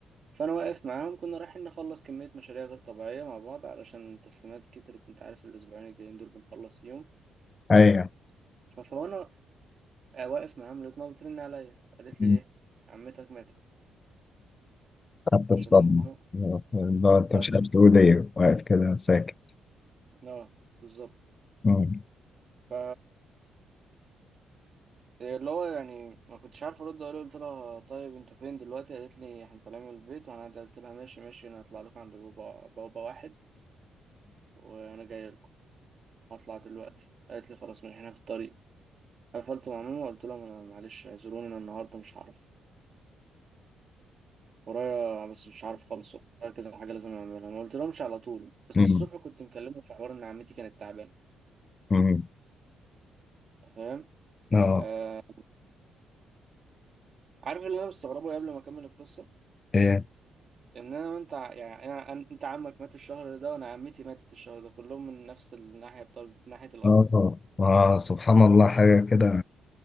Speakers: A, on the right (about 45°); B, on the left (about 35°).
A: فانا واقف معاهم كنا رايحين نخلص كميه مشاريع غير طبيعيه مع بعض علشان تسليمات كترت وانت عارف الاسبوعين الجايين دول بنخلص فيهم
B: أيوه
A: ف- فانا واقف معاهم لقيت ماما بترن عليا قالت
B: مم.
A: لي ايه عمتك ماتت
B: حتى
A: مش
B: الصدمة
A: الله يرحمها
B: لا أنت
A: ف-
B: مش
A: ف-
B: عارف تقول إيه واقف كده ساكت
A: اه بالظبط
B: مم.
A: ف اللي هو يعني ما كنتش عارف ارد اقول لها، قلت لها طيب انتوا فين دلوقتي قالت لي احنا طالعين من البيت وهنعدي قلت لها ماشي ماشي انا هطلع لكم عند بابا بابا واحد وانا جاي لكم هطلع دلوقتي قالت لي خلاص ماشي احنا في الطريق قفلت مع ماما قلت لهم انا معلش اعذروني انا النهارده مش هعرف ورايا بس مش عارف خالص ورايا كذا حاجه لازم اعملها ما قلت لهمش على طول بس
B: مم.
A: الصبح كنت مكلمه في حوار ان عمتي كانت تعبانه
B: مم.
A: أنت فاهم
B: آه
A: آه عارف اللي انا مستغربه قبل ما اكمل القصه
B: إيه
A: ان انا وانت ع- يعني انا أن- انت عمك مات الشهر ده وانا عمتي ماتت الشهر ده كلهم من نفس الناحيه بتاع ناحيه الاب
B: آه آه سبحان الله حاجة كده